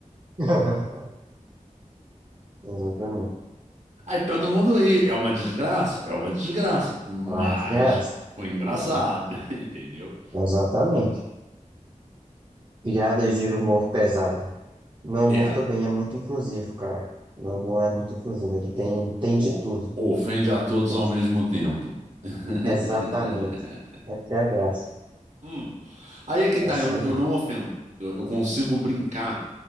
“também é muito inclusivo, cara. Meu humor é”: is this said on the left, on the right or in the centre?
Right